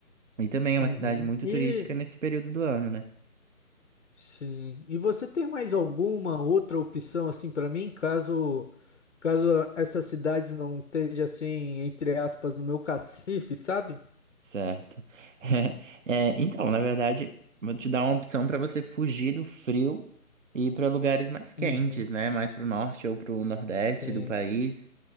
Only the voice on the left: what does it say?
Uhum.
E.
Sim. E você tem mais alguma outra opção assim para mim, caso caso essas cidades não estejam assim, entre aspas, no meu cacife, sabe?
Uhum.
Sim.